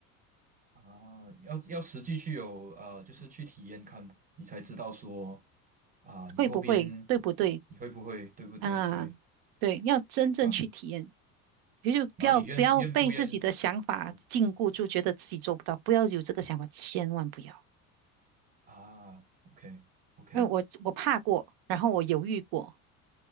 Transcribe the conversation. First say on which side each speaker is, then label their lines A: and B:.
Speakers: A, on the right (about 20°); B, on the right (about 50°).
A: 啊，要要实际去有呃，就是去体验看，你才知道说啊，你后边
B: 会不会，对不对？
A: 你会不会，对不对？
B: 啊，
A: 对，
B: 对，要真正去体验，
A: 明白。
B: 也就不要不要被自己的想法禁锢住，
A: 然后你愿愿不愿，对
B: 觉得自己做不到，不要有这个想法，千万不要。
A: 啊，OK OK，
B: 因为我我怕过，然后我犹豫过，